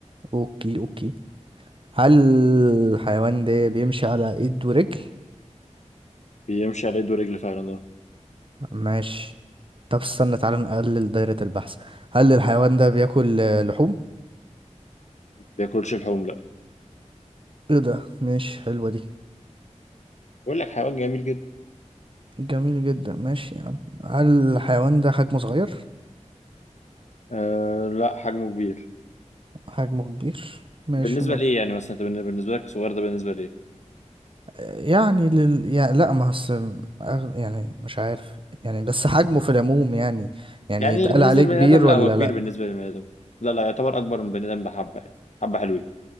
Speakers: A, on the right; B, on the left.
A: اوكي اوكي هل الحيوان ده بيمشي على ايد ورجل
B: بيمشي على إيده ورجل فعلا اه
A: ماشي طب استنى تعالى نقلل دايرة البحث هل الحيوان ده بياكل آه، لحوم
B: بياكلش اللحوم لا
A: ايه ده ماشي حلوة دي
B: بقول لك حيوان جميل جدا
A: جميل جدا ماشي يا عم هل الحيوان ده حجمه صغير
B: آه لا حجمه كبير
A: حجمه كبير ماشي
B: بالنسبة
A: ما
B: لإيه يعني مثلا أنت بالنسبة لك صغير ده بالنسبة لإيه؟
A: يعني لل... يعني لا ما هس- أغ... يعني مش عارف يعني بس حجمه في العموم يعني يعني
B: يعني
A: يتقال
B: بالنسبة
A: عليه
B: للبني
A: كبير
B: آدم لا
A: ولا
B: هو كبير
A: لا
B: بالنسبة للبني آدم لا لا يعتبر أكبر من البني آدم بحبة يعني حبة حلوين